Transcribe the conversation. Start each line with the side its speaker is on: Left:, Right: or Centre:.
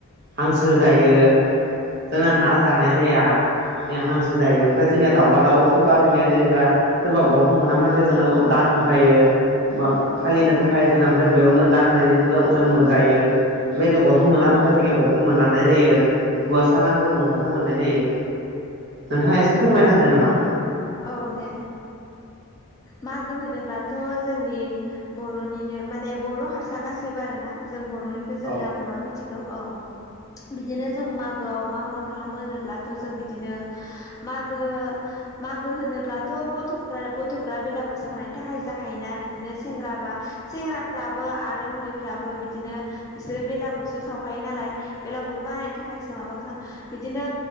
Right: हांसो जायो जोंना
Left: औ
Right: ना जानाय जाया। हांसो जायो। ओमफ्राय जोंनिया दाउला दाउ सोरबा जोंनिया जेनबा सोरबा गथ' मोना मानसिया जोंनाव दान होफायो।
Left: औ
Right: फालिनो थाखाय जों ओमफ्राय बेयावनो दाननायखौ जों मोनजायो। बेबायदिनो गथ' मोनाफोरा
Left: औ
Right: जोंनिया गथ' मोनलांनाय जायो हौवासा नांगोन हौवासा मोननाय जायो। नोंथाङा
Left: औ
Right: एसे फोरमायनो हादों नामा?
Left: औ दे मागो उम होनोब्लाथ' जोंनि बर'निनो माने बर' हारसा गासैबो आरो ना जों बर'निखौ जों
Right: औ
Left: दा बर'आ मि मिथिगौ औ बिदिनो जों मागोआव मा मा खालामो होनोब्लाथ' जों बिदिनो मागो मागो होनोब्लाथ' गथ'फ्रा गथ'फ्रा बेलागुर सावनायनि थाखाय जाखायोना बिदिनो सेंग्रा बा सेंग्राफ्राबो आरो उन्दैफ्राबो बिदिनो बिसोरो बेलागुरसो सावखायो नालाय बेलागुर बानायनो थाखायसो माबा खालाम बिदिनो